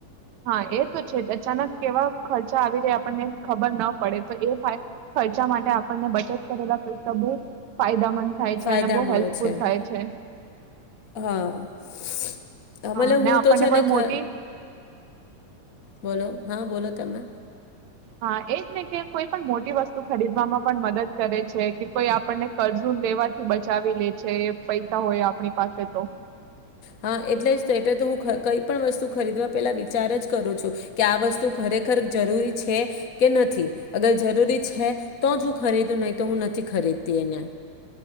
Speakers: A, on the right (about 70°); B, on the left (about 75°).
A: હા એ તો છે જ, અચાનક એવા ખર્ચા આવી જાય આપણને ખબર ન પડે તો એવુ થાય, ખર્ચા માટે આપણને બચત કરેલા પૈસા બઉ ફાયદાામંદ થાય
B: ફાયદામાં
A: છે અને બઉ હેલ્પફુલ
B: આવે ત્યારે
A: થાય
B: મદદરૂપ
A: છે.
B: હા મતલબ
A: હા ને
B: હું
A: આપણને
B: તો છે
A: કોઈ
B: ને
A: મોટી
B: ખ બોલો, હાં, બોલો તમે.
A: હા એજ ને કે કોઈ પણ મોટી વસ્તુ ખરીદવામાં પણ મદદ કરે છે કે કોઈ આપણને કરજુ લેવાથી બચાવી લે છે એ પૈ વતા હોય આપણી પાસે તો
B: હાં એટલે જ તો એટલે તો હું કંઈ પણ વસ્તુ ખરીદવા પહેલાં વિચાર જ કરું છું કે આ વસ્તુ ખરેખર જરૂરી છે કે નથી, અગર જરૂરી છે તો જ હું ખરીદું નઈ તો હું નથી ખરીદતી એને